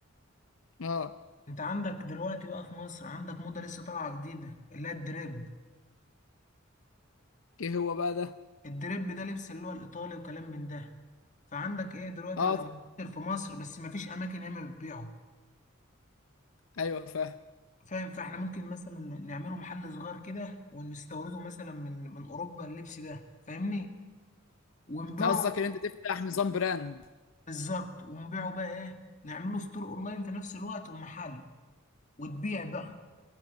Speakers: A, on the left; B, on the left.
A: اه
B: انت عندك دلوقتي بقى في مصر عندك موضة لسه طالعة جديدة اللي هي الدريب
A: ايه هو بقى ده
B: الدريب ده لبس اللي هو الايطالي وكلام من ده فعندك ايه دلوقتي
A: اه
B: بقى منتشر في مصر بس مفيش اماكن ياما بتبيعه
A: ايوه فاهم
B: فاهم فاحنا ممكن مثلا نعمله محل صغير كده ونستورده مثلا من من اوروبا اللبس ده فاهمني ونبيعه
A: انت قصدك ان انت تفتح نظام براند
B: بالظبط ونبيعه بقى ايه نعمله ستور اونلاين في نفس الوقت ومحل وتبيع بقى